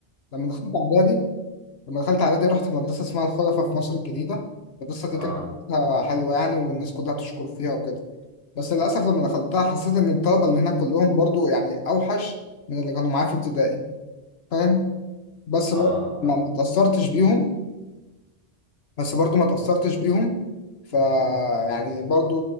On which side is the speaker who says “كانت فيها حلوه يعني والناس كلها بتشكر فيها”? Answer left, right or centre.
Left